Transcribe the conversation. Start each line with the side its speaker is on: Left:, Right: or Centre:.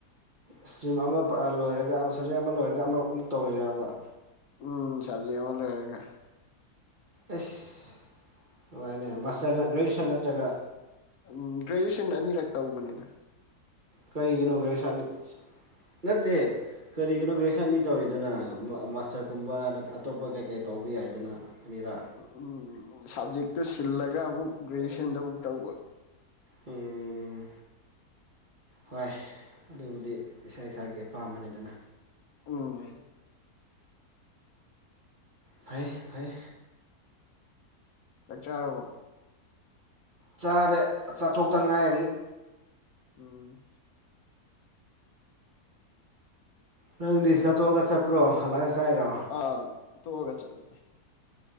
Right: ꯏꯁꯇ꯭ꯔꯤꯝ ꯑꯃ ꯂꯣꯏꯔꯒ ꯑꯃ ꯁꯕꯖꯦꯛ ꯑꯃ ꯂꯣꯏꯔꯒ ꯑꯃꯃꯨꯛ ꯇꯧꯔꯤꯔꯕ
Left: ꯎꯝ ꯆꯖꯤ ꯌꯥꯕ ꯂꯔꯒꯦ
Right: ꯑꯦꯁ ꯅꯨꯡꯉꯥꯏꯅꯦ ꯃꯥꯁꯇꯔꯅ ꯒ꯭ꯔꯦꯖꯨꯦꯁꯟ ꯅꯠꯇ꯭ꯔꯒ
Left: ꯎꯝ ꯒ꯭ꯔꯦꯖꯨꯦꯁꯟ ꯑꯅꯤꯔꯛ ꯇꯧꯕꯅꯦꯗ
Right: ꯀꯔꯤꯒꯤꯅꯣ ꯒꯔꯦꯖꯨꯋꯦꯁꯟꯅꯤ ꯅꯠꯇꯦ ꯀꯔꯤꯒꯤꯅꯣ ꯒ꯭ꯔꯦꯖꯨꯦꯁꯟꯅꯤ ꯇꯧꯔꯤꯗꯅ ꯃꯥꯁꯇꯔꯒꯨꯝꯕ ꯑꯇꯣꯞꯄ ꯀꯩ ꯀꯩ ꯇꯧꯕ ꯌꯥꯏꯗꯅ ꯑꯅꯤꯔꯥ
Left: ꯎꯝ ꯁꯞꯖꯦꯛꯇꯨ ꯁꯤꯜꯂꯒ ꯑꯃꯨꯛ ꯒ꯭ꯔꯦꯖꯨꯑꯦꯁꯟꯗ ꯑꯃꯨꯛ ꯇꯧꯕ
Right: ꯎ ꯍꯣꯏ ꯑꯗꯨꯕꯨꯗꯤ ꯏꯁꯥ ꯏꯁꯥꯒꯤ ꯑꯄꯥꯝꯕꯅꯤꯗꯅ
Left: ꯎꯝ
Right: ꯐꯩ ꯐꯩ
Left: ꯆꯥꯛ ꯆꯥꯔꯔꯕꯣ
Right: ꯆꯥꯔꯦ ꯆꯥꯊꯣꯛꯇ ꯉꯥꯏꯔꯤ
Left: ꯎꯝꯃ
Right: ꯅꯪꯗꯤ ꯆꯠꯇꯣꯛꯑꯒ ꯆꯠꯄ꯭ꯔꯣ ꯍꯜꯂꯛꯏ ꯆꯥꯏꯔꯣ
Left: ꯑꯥ ꯇꯣꯛꯑꯒ ꯆꯠꯂꯦ